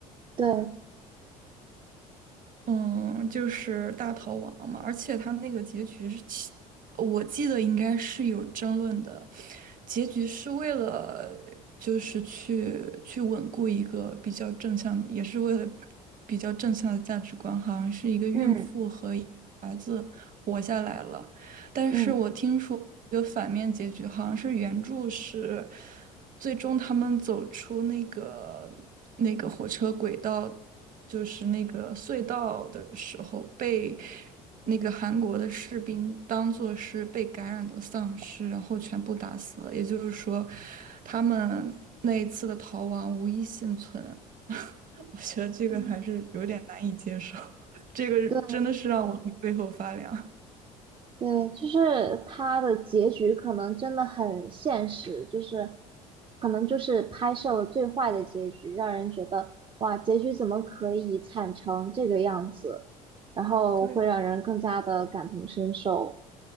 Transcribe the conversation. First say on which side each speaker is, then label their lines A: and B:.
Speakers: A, on the right; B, on the right.
A: 对，
B: 嗯，就是大逃亡嘛，而且他那个结局是其我记得应该是有争论的，结局是为了就是去去稳固一个比较正向的，也是为了比较正向的价值观，好像是一个孕妇和一个孩子活下来了，
A: 嗯
B: 但是我听说有反面结局，
A: 嗯，
B: 好像是原著是。最终他们走出那个那个火车轨道，就是那个隧道的时候，被那个韩国的士兵当做是被感染的丧尸，然后全部打死了。也就是说，他们那一次的逃亡无一幸存。<laughs> 我觉得这个还是有点难以接受，
A: 嗯
B: <laughs> 这个真的是让我背后发凉。
A: 对
B: <laughs>
A: 对，就是它的结局可能真的很现实，就是可能就是拍摄了最坏的结局，让人觉得哇，结局怎么可以惨成这个样子，然后会让人更加的感同身受。
B: 对